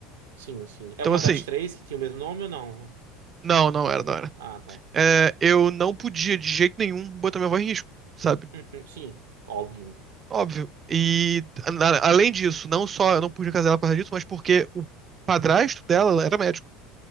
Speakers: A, on the right; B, on the right.
A: Sim, sim. É
B: Então,
A: uma
B: assim,
A: das três que tinha o mesmo nome ou não?
B: não, não era, não era.
A: Ah, tá.
B: É, eu não podia, de jeito nenhum, botar minha avó em risco, sabe?
A: Uhum. Sim, óbvio.
B: Óbvio. E, a- além disso, não só eu não podia casar ela por causa disso, mas porque o padrasto dela era médico.